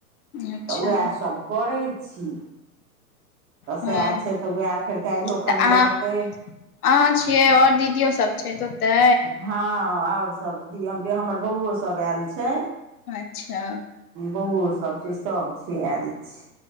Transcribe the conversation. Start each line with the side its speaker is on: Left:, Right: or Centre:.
Left: अच्छा
Right: तऽ वैह सभ करै छी। तऽ सए
Left: हँ
Right: आए छै। तऽ उएह फेर काइल्हो खनि
Left: तऽ अहाँ
Right: रहतै।
Left: अहाँ छियै आओर दीदियो सब छै तो होते।
Right: हँ आओर सब छी। हमर बौओ सभ आयल छै।
Left: अच्छा
Right: बौओ सब छै। सब छै आयल छै।